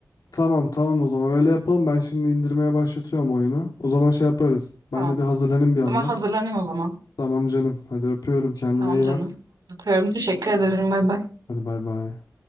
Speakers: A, on the left; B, on the right.
A: Tamam tamam o zaman öyle yapalım. Ben şimdi indirmeye başlatıyorum oyunu. O zaman şey yaparız. Ben
B: Tamam.
A: de bir hazırlanayım bir yandan.
B: Ama hazırlanayım o zaman.
A: Tamam canım. Hadi öpüyorum. Kendine
B: Tamam
A: iyi
B: canım.
A: bak.
B: Öpüyorum. Teşekkür ederim. Bay bay.
A: Hadi bay bay.